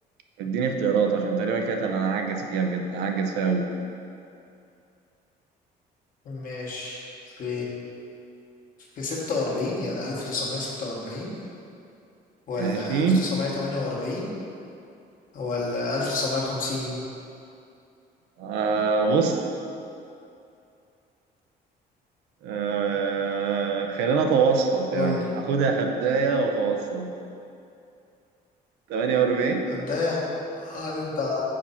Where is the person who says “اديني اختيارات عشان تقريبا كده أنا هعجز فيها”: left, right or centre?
Right